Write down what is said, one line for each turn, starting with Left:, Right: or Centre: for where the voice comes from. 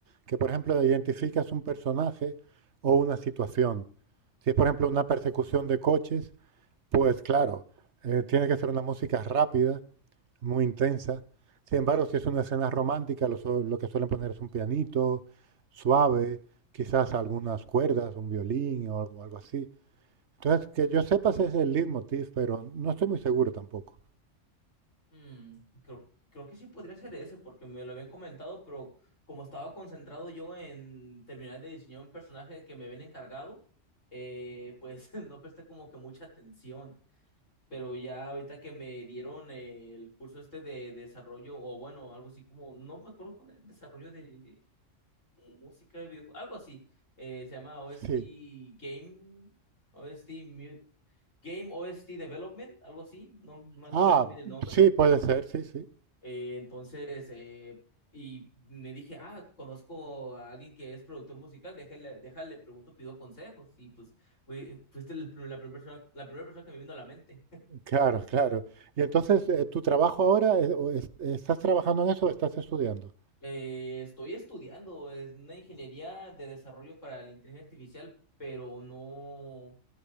Right: que por ejemplo identificas un personaje o una situación. Si es por ejemplo una persecución de coches, pues claro, eh, tiene que ser una música rápida muy intensa. Sin embargo, si es una escena romántica, lo, su- lo que suelen poner es un pianito suave, quizás algunas cuerdas, un violín o algo, algo así. Entonces, que yo sepa ese es el leitmotiv, pero no estoy muy seguro tampoco.
Left: Mm, creo, creo que sí podría ser ese, porque me lo habían comentado, pero como estaba concentrado yo en terminar de diseñar un personaje que me habían encargado, eh, pues <laughs> no presté como que mucha atención. Pero ya ahorita que me dieron eh, el curso este de desarrollo, o bueno, algo así como, no me acuerdo con el desarrollo de música de videojuegos, algo así, eh, se llama OST
Right: Sí.
Left: Game, OST Mu- Game OST Development, algo así, no me acuerdo
Right: Ah,
Left: muy bien el nombre.
Right: sí, puede ser, sí, sí.
Left: Eh, entonces, eh, y me dije, ah, conozco a alguien que es productor musical, déjale, déjale, pregunto, pido consejos. Y pues fui- fuiste el prim- la primera persona, la primera persona que me vino a la mente.
Right: Claro, claro. Y entonces, eh, ¿tu trabajo ahora, eh, o es- estás trabajando en eso o estás estudiando?
Left: Eh, estoy estudiando es una ingeniería de desarrollo para la inteligencia artificial, pero no,